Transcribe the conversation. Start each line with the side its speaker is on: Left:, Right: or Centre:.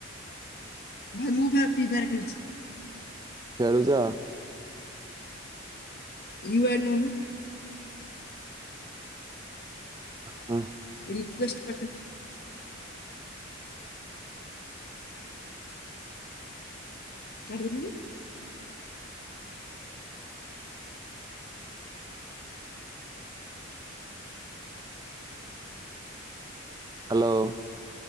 Left: ଭାଇ ମୁଁ ଖେଳୁଚି ଫ୍ରି ଫାୟାର ଖେଳୁଚି।
Right: ଖେଳୁଚ
Left: ଇୱାଡ ନୋଉନ
Right: ଆ ହାଁ
Left: ରିକ୍ୱଷ୍ଟେ ପଠା। କାଟି ଦେଲେ କି?
Right: ହାଲୋ‌।